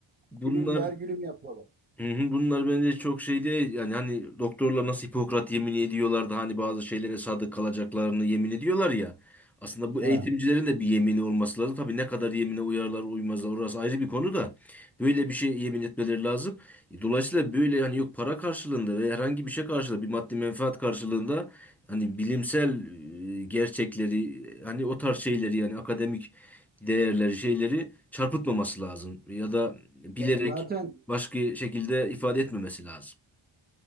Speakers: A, in the centre; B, on the right.
A: bunlar
B: Gülüm ver gülüm yapıyorlar.
A: Hı hı, Bunlar bence çok şey değil yani hani doktorlar nasıl Hipokrat yemini ediyorlar da hani bazı şeylere sadık kalacaklarını yemin ediyorlar ya. Aslında bu
B: Ha.
A: eğitimcilerin de bir yemini olması lazım. Tabii ne kadar yemine uyarlar uymazlar orası ayrı bir konu da böyle bir şey yemin etmeleri lazım. E, Dolayısıyla böyle hani yok para karşılığında ve herhangi bir şey karşılığında bir maddi menfaat karşılığında hani bilimsel e, gerçekleri e, hani o tarz şeyleri yani akademik değerleri şeyleri çarpıtmaması lazım ya da Evet. bilerek
B: Ya zaten
A: başka şekilde ifade etmemesi lazım.